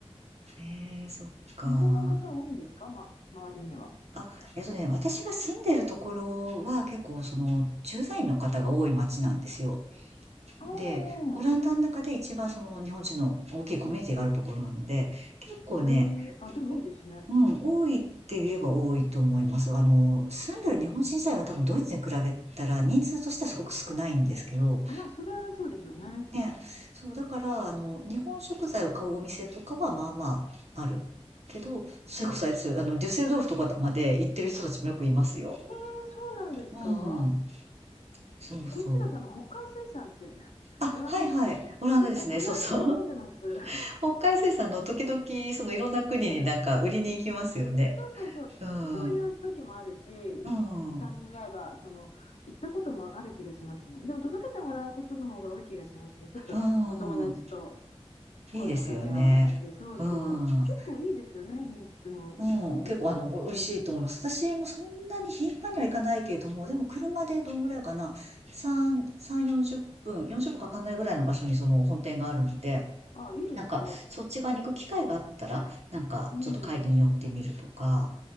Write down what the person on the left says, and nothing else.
日本の方多いんですか、ま、周りには。
ああ、
へえ、あ、でもいいですね。
あ、まあ、それはそうでしょうね。
あ、
へえ、そうなんですか。
えこっちだとあの北海水産って <laughs>
オランダですよね。
<laughs> え、たまに頼んでます。
<laughs> ええ、そうそうそう、
そういう時もあるし、
タイミングが合えば、
その、行ったこともある気がしますね。でも届けてもらうことの方が多い気がしますね。ちょっとお友達と。
声を掛け合わせて、そうそう。
結構いいですよね、品質も。
どうですか
あ、いいですね。
うん。